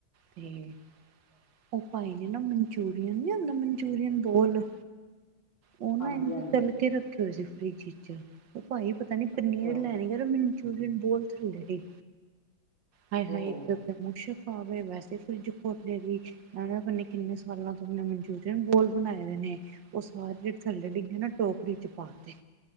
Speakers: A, on the right; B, on the left.
A: ਤੇ
B: <inaudible>
A: ੳ ਪਾਈ ਨੇ ਨਾ ਮਨਚੂਰੀਅਨ ਨੀ ਹੁੰਦਾ ਮਨਚੂਰੀਅਨ ਗੋਲ ਓਨਾ
B: ਹਾਂਜੀ
A: ਏਜ
B: ਹਾਂਜੀ
A: ਤਾਲ ਕੇ ਰੱਖੇ ਹੋਏ ਸੀ ਫਰੀਜ ਵੀਚ, ਓ ਭਾਈ ਪਤਾ ਨੀ
B: ਅੱਛਾ
A: ਪੀਨੀਆ ਲੈਣ ਯਾਰ ਮੰਚੂਰੀਅਨ ਬੋਤ ਢਿੱਲੇ ਹੀ, ਹਏ
B: ਓਹੋ
A: ਹਾਏ ਏਕ ਮੁਸਕ ਆਵੇ ਵੈਸੇ ਫਰਿੱਜ ਖੋਲੇ ਵੀ, ਮੈ ਕੇਆ ਐਨਾ ਕੀਨੇ ਸਾਲਾਂ ਤੋਂ ਮਨਚੂ ਯਾ ਬੋਲ ਬਣਾਏ ਦੇ ਨੇ ਓ ਸਾਰੇ ਜੇੜੇ ਥੱਲੇ
B: ਹਾਂਜੀ।
A: ਡੀਗੇ ਨਾ ਟੋਕਰੀ ਚ ਪਾ ਤੇ,